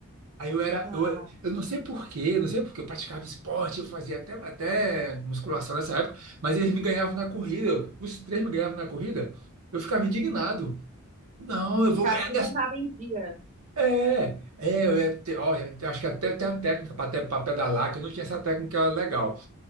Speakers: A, on the right (about 75°); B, on the right (about 30°).
A: Aí eu era,
B: Ah,
A: eu, eu não sei por quê, eu não sei porque eu praticava esporte, eu fazia até, até musculação nessa época, mas eles me ganhavam na corrida, os três me ganhavam na corrida, eu ficava indignado. Não, eu vou
B: cara,
A: ganhar
B: tu não tava em dia.
A: é, é, eu ia ter- ó, eu acho que até tem a técnica para pedalar, que eu não tinha essa técnica legal.